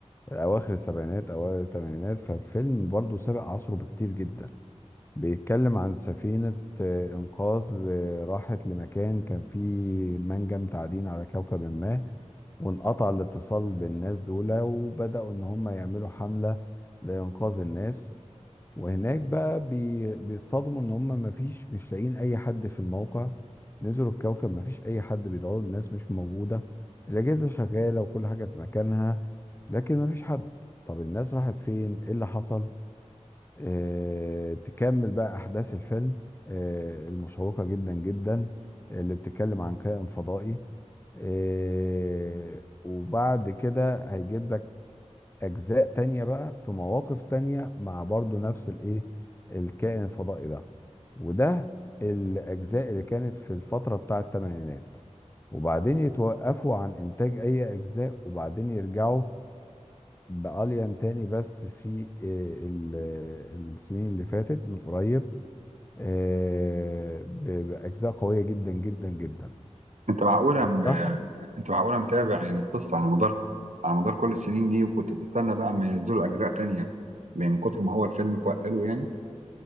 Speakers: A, on the left (about 20°); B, on the right (about 80°).
A: اواخر السبعينات اوائل الثمانينات ففيلم برضه سابق عصره بكتير جدا بيتكلم عن سفينة آه، انقاذ آه، راحت لمكان كان فيه منجم تعدين على كوكب ما وانقطع الاتصال بالناس دول وبدأوا ان هم يعملوا حملة لانقاذ الناس وهناك بقى بي... بيصطدموا ان هم مفيش مش لاقيين اي حد في الموقع نزلوا الكوكب مفيش اي حد بيدوروا الناس مش موجودة الاجهزة شغالة وكل حاجة في مكانها لكن مفيش حد طب الناس راحت فين ايه اللي حصل آه... تكمل بقى احداث الفيلم آه... المشوقة جدا جدا اللي بتتكلم عن كائن فضائي آه... وبعد كده هيجيب لك اجزاء تانية بقى في مواقف تانية مع برضو نفس الايه الكائن الفضائي ده وده الاجزاء اللي كانت في الفترة بتاع الثمانينات وبعدين يتوقفوا عن انتاج اي اجزاء وبعدين يرجعوا بأليان تاني بس في آه، ال- آه، السنين اللي فاتت من قريب آه، ب- بأجزاء قوية جدا جدا جدا
B: انت معقوله
A: بصراحة
B: م... انت معقوله متابع يعني القصه على مدار على مدار كل السنين دي وكنت بتستنى بقى ما ينزلوا اجزاء تانية من كتر ما هو الفيلم كويس حلو يعني